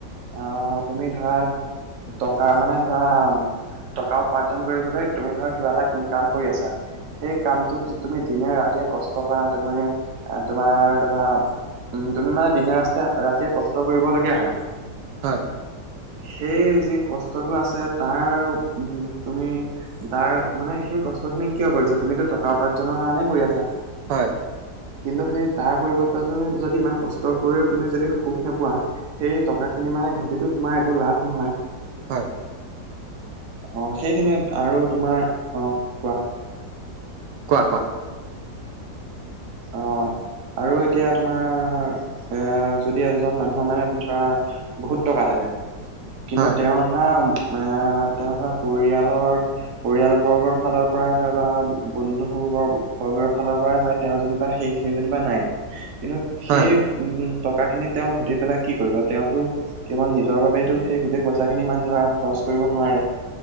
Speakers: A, on the right; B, on the right.
A: আহ, তুমি ধৰা। টকা মানে ধৰা। টকা উপাৰ্জন কৰিবলৈ তুমি ধৰা কিবা এটা কাম কৰি আছা। সেই কামটোত তুমি। দিনে ৰাতিয়ে কষ্ট কৰা তুমি তোমাৰ ধৰা উম। তুমি মানে দিনে ৰাস্তায়ে ৰাতিয়ে কষ্ট কৰিবলগীয়া হয়।
B: হয়।
A: সেই যি কষ্টটো আছে, তাৰ উম, তুমি তাৰ মানে সেই। কষ্টখিনি কিয় কৰিছা। তুমিতো টকা উপাৰ্জনৰ কাৰণে কৰি আছা।
B: হয়।
A: কিন্তু, সেই তাৰ পৰিবৰ্তন যদি ইমান কষ্ট কৰিও তুমি যদি সুখ নোপোৱা। সেই টকাখিনি মানে ঘটিতো তোমাৰ একো লাভ নহয়।
B: হয়।
A: অহ, সেইখিনিত আৰু তোমাৰ অহ, কোৱা।
B: কোৱা-কোৱা।
A: অহ, আৰু এতিয়া তোমাৰ। এ, যদি এজন মানুহৰ মানে ধৰা বহুত টকা থাকে। কিন্তু
B: হয়,
A: তেওঁৰ ধৰা এ, তেওঁৰ ধৰা পৰিয়ালৰ। পৰিয়াল বৰ্গৰ ফালৰ পৰাই হয় বা বন্ধু বৰ্গৰ ফালৰ পৰাই হয়, তেও যেনিবা সেই। সেইখিনি যেনিবা নাই। কিন্তু সেই
B: হয়,
A: উম, টকা খিনি তেওঁ ঘটি পেলাই কি কৰিব। তেওঁতটো কেৱল নিজৰ বাবেটো। সেই গোটেই পইচা খিনি ইমান ধৰা খৰচ কৰিব নোৱাৰে।